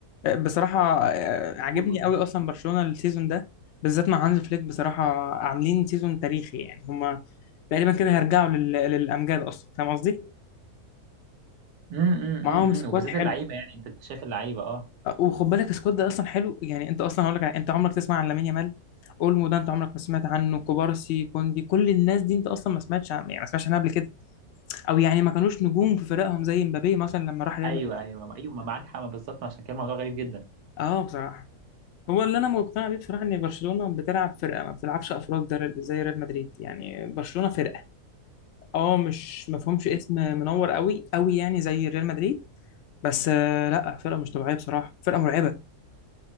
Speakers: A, on the left; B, on the right.
A: بصراحة آه، عاجبني
B: قول قول
A: قوي اصلا برشلونة السيزون ده بالذات مع هانز فليك بصراحة عاملين سيزون تاريخي يعني هما تقريبا كده هيرجعوا لل... للامجاد اصلا فاهم قصدي؟
B: امم
A: معاهم
B: امم
A: سكواد
B: وبالذات
A: حلو
B: اللعيبه يعني انت شايف اللعيبه اه
A: آه، وخد بالك السكواد ده اصلا حلو يعني انت اصلا هقول لك على- انت عمرك تسمع عن لامين يامال اولمو ده انت عمرك ما سمعت عنه كوبارسي كوندي كل الناس دي انت اصلا ما سمعتش عن... يعني ما سمعتش عنها قبل كده او يعني ما كانوش نجوم في فرقهم زي مبابي مثلا لما راح ريال
B: ايوه
A: مدريد
B: ايوه ايوه ما معاك حق ما بالظبط ما عشان كده الموضوع غريب جدا
A: اه بصراحه هو اللي انا مقتنع بيه بصراحه ان برشلونه بتلعب فرقه ما بتلعبش افراد در- زي ريال مدريد يعني برشلونه فرقه اه مش مفهومش اسم منور قوي قوي يعني زي ريال مدريد بس آه لا فرقه مش طبيعيه بصراحه فرقه مرعبه